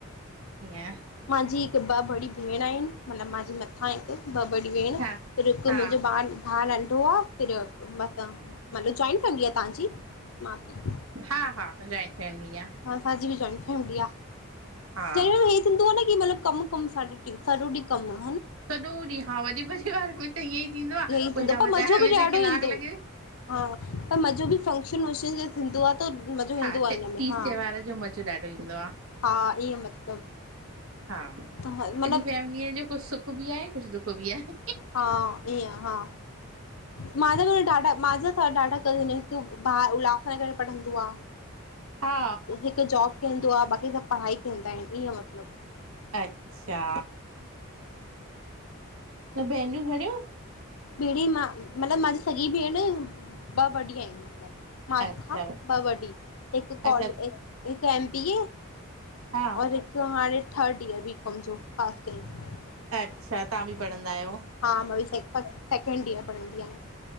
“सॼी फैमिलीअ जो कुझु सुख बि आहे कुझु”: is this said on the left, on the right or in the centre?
Right